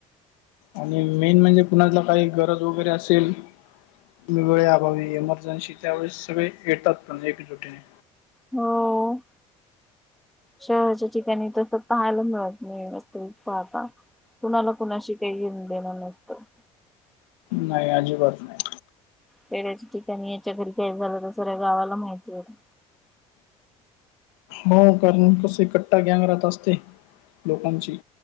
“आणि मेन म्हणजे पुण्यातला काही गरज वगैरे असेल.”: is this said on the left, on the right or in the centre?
Left